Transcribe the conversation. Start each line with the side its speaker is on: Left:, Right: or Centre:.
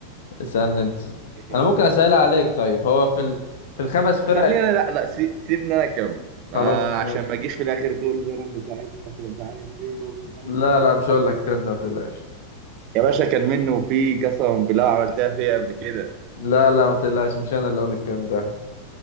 Left: اسألني انت
Right: لفين
Left: انا ممكن اسأل عليك طيب هو في ال... في الخمس فرق
Right: خلينا لا لا سي- سيبني انا اكمل ما
Left: خلاص
Right: عشان
Left: ماشي
Right: ما اجيش في الاخر تقول ده انا اللي ساعدتك ومش عارف ايه وبتاع
Left: لا
Right: وانت اصلا
Left: لا مش هقول لك الكلام ده ما تقلقش
Right: يا باشا كان منه في قسما بالله عملتها فيا قبل كده
Left: لا لا ما تقلقش مش انا اللي اقول الكلام ده